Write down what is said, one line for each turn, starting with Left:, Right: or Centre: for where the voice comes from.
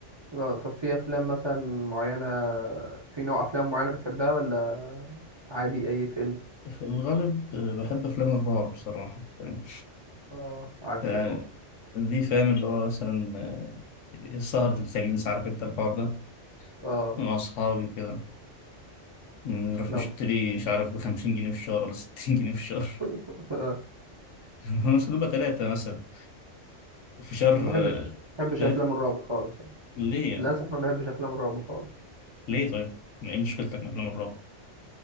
Right: اه طب في افلام مثلا معينه في نوع افلام معينه بتحبها ولا عادي اي فيلم
Left: في الغالب بحب أفلام الرعب بصراحة فاهم؟
Right: اه عكسي
Left: يعني
Right: خالص
Left: دي فاهم اللي هو مثلا آه، سهرة الخميس عارف أنت الحوار ده
Right: اه
Left: مع أصحابي كده نروح
Right: لا
Left: نشتري مش عارف بخمسين جنيه في الشهر ولا ستين جنيه في الشهر
Right: <laughs> آه.
Left: <laughs> هو مش بتبقى تلاتة مثلا في شهر
Right: ما بحبش
Left: آه،
Right: ما بحبش
Left: إيه؟
Right: افلام الرعب خالص يعني
Left: ليه يعني؟
Right: للاسف ما بحبش افلام الرعب خالص
Left: ليه طيب؟ ما ايه مشكلتك من افلام الرعب؟